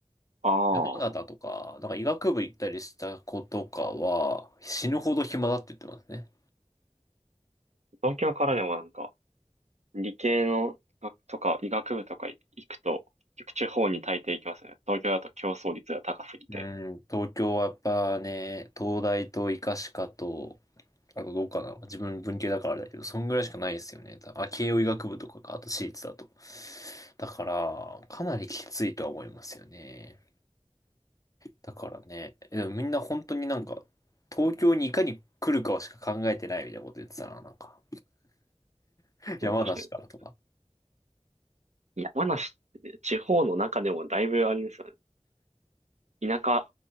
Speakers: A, on the right; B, on the left.
A: ああ、
B: 山形とか、なんか医学部行ったりした子とかは、死ぬほど暇だって言ってますね。
A: 東京からでもなんか、理系の学とか医学部とか行くと、結局地方に大抵行きますね。東京だと競争率が高すぎて。
B: うん、東京はやっぱね、東大と医科歯科と、あとどうかな、自分文系だからあれだけど、そんぐらいしかないですよね。あ、慶応医学部とかか、あと私立だと。だから、かなりきついとは思いますよね。だからね、でもみんな本当になんか、東京にいかに来るかしか考えてないみたいなこと言ってたな、なんか。<laughs> 山梨からとか。
A: うん、確かに。山梨ってね、地方の中でもだいぶあれですよね。田舎、